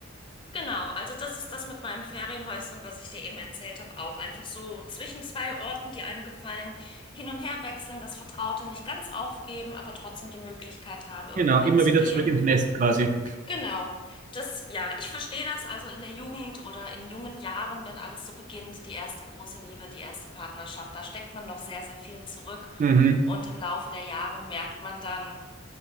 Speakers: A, on the left; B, on the right.
A: genau. Also das ist das mit meinem Ferienhäuschen, was ich dir eben erzählt habe, auch einfach so zwischen zwei Orten, die einem gefallen, hin und her wechseln, das Vertraute nicht ganz aufgeben, aber trotzdem die Möglichkeit haben, irgendwo
B: Genau,
A: hinzugehen
B: immer wieder zurück ins Nest quasi.
A: Genau. Das, ja, ich verstehe das. Also in der Jugend oder in jungen Jahren, wenn alles so beginnt, die erste große Liebe, die erste Partnerschaft, da steckt man noch sehr, sehr viel zurück.
B: Mhm.
A: Und im Laufe der Jahre merkt man dann,